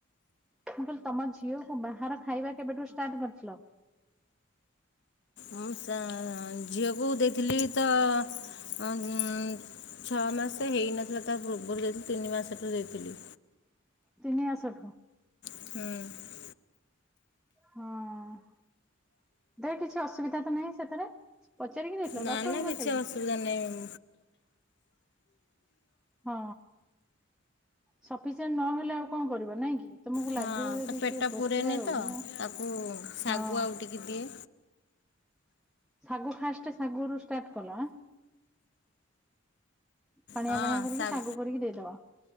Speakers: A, in the centre; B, on the left (about 60°).
A: ମୁଁ କହିଲି ତମ ଝିଅ କୁ ବାହାର ଖାଇବା କେବେଠୁ ଷ୍ଟାର୍ଟ କରିଥିଲ?
B: ହ ଚା -ଝିଅକୁ ଦେଇଥିଲି ତ ଅ ଉ - ଛଅ ମାସ ହେଇନଥିଲା ତା ପୂର୍ବରୁ ଦେଇଥିଲି ତିନି ମାସଠୁ ଦେଇଥିଲି।
A: ତିନି ମାସ ଠୁ।
B: ହୁଁ
A: ହଁ ତେରଆ କିଛି ଅସୁବିଧା ତ ନାହିଁ ସେଥିରେ? ପଚାରିକି। ଦେଇଥିଲ
B: ନା
A: ଡକ୍ଟରଙ୍କୁ
B: ନା
A: ପଚାରିକି
B: କିଛି ଅସୁବିଧା ନାହିଁ।
A: ହଁ ସଫିସିଏଣ୍ଟ ନହେଲେ ଆଉ କଣ କରିବ ନାଇଁ କି? ତମକୁ
B: ହଁ
A: ଲାଗିବ ଯଦି
B: ତା ପେଟ
A: ସିଏ ଭୋକିଲା
B: ପୁରେନି
A: ରହୁଛି
B: ତ
A: ନା।
B: ତାକୁ ଶାଗୁ
A: ହଁ
B: ଆଉ ଟିକେ ଦିଏ।
A: ଶାଗୁ ଫାଷ୍ଟ ଶାଗରୁୁ ଷ୍ଟାର୍ଟ କଲ ଆ। ପାଣିଆ
B: ହଁ
A: ପାଣିଆ କରିକି
B: ଶାଗ
A: ସାଗୁ କରିକି ଦେଇଦବା।